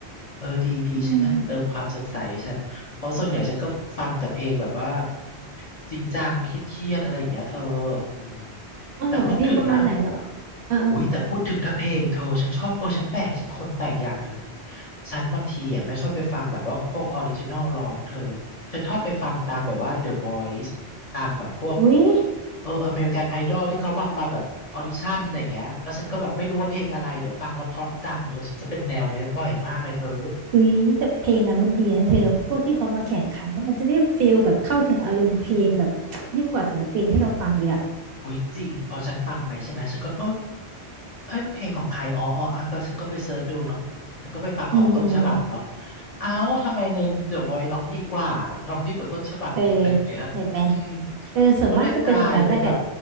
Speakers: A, on the left (about 40°); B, on the right (about 65°).
A: เออดีดีฉันอยากจะเติมความสดใสให้ฉันเพราะส่วนใหญ่ฉันก็ฟังแต่เพลงแบบว่า
B: อืม
A: จริงจังเครียดๆอะไรอย่างเงี้ยเธออืม
B: อ๋อเหรอเพลงประมาณไหนเหรอ
A: แต่พูดถึงนะ
B: เออเออ
A: อุ้ยแต่พูดถึงถ้าเพลงเธอฉันชอบเออฉันแปลกฉันคนแปลกอย่างหนึ่งฉันบางทีอ่ะไม่ค่อยไปฟังแบบว่าพวกออริจินอลร้องเธอฉันชอบไปฟังตามแบบว่า The Voice ตามแบบพวก
B: อุ้ย
A: เอออเมริกันไอดอลที่เขามามาแบบออดิชั่นอะไรอย่างเงี้ยแล้วฉันก็แบบไม่รู้ว่าเพลงอะไรเดี๋ยวฟังแล้วเพราะจังเออฉันจะเป็นแนวเนี้ยบ่อยมากเลยเธอ
B: อุ้ยแต่เพลงนั้นมันดีนะเธอพวกที่เขามาแข่งขันแล้วมันจะได้ฟีลแบบเข้าถึงอารมณ์เพลงแบบ
A: อืม
B: <tsk> ยิ่งกว่าศิลปินที่เราฟังอีกอ่ะ
A: โอ้ยจริงพอฉันฟังไปใช่ไหมฉันก็เออเอ้ยเพลงของใครอ๋ออ๋ออ่ะก็ฉันก็ไปเสิร์ชดูเนาะฉันก็ไปฟังของต้นฉบับเนาะ
B: อืมอืม
A: เอ้าทำไมใน The Voice ร้องดีกว่าร้องดีกว่าต้นฉบับอีกอะไรอย่างเงี้ย
B: เออเห็นไหม
A: อืม
B: เออส่วนมากจะเป็นอย่างนั้นแหละ
A: ก็เลยกลายเป็นแบบ